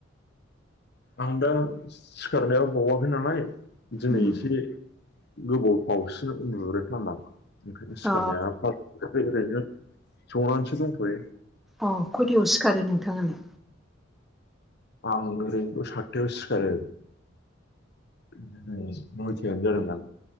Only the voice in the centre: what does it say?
उम
अ
अ खयथायाव सिखारो नोंथाङालाय